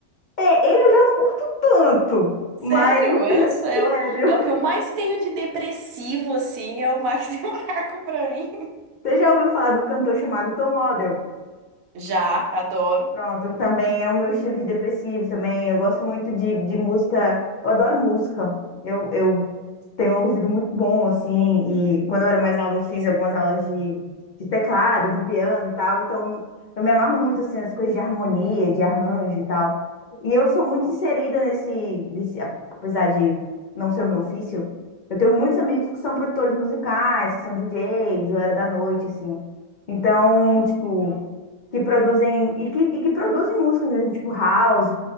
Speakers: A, on the left; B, on the right.
A: É, ele eu já não curto tanto,
B: Sério,
A: mas
B: eu sou eu.
A: sério.
B: É o que eu mais tenho de depressivo, assim, é o Mac <laughs> DeMarco pra mim.
A: <laughs> Você já ouviu falar de um cantor chamado Tom Odell?
B: Já, adoro.
A: Pronto, também é o meu estilo de depressivo também. Eu gosto muito de, de música, eu adoro música. Eu, eu tenho um ouvido muito bom, assim, e quando eu era mais nova eu fiz algumas aulas de, de teclado, de piano e tal, então eu me amarro muito, assim, nas coisas de harmonia, de arranjo e tal. E eu sou muito
B: Nossa.
A: inserida nesse, nesse, apesar de não ser o meu ofício, eu tenho muitos amigos que são produtores musicais, que são DJs, galera da noite, assim. Então,
B: Ai,
A: tipo,
B: que legal.
A: que produzem e que, e que produzem músicas mesmo, tipo house,